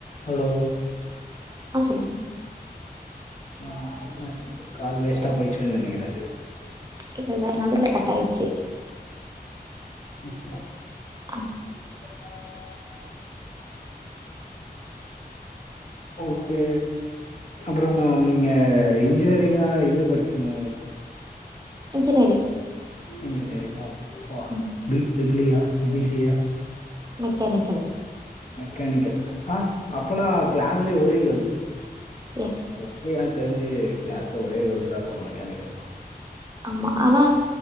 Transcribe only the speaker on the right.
ஆ சொல்லுங்க
இல்லல்ல நடுவுல கட் ஆயிடுச்சு
ம்
இன்ஜினியரி
ம்
மெக்கானிக்கல்
யெஸ்
ஆமா ஆனா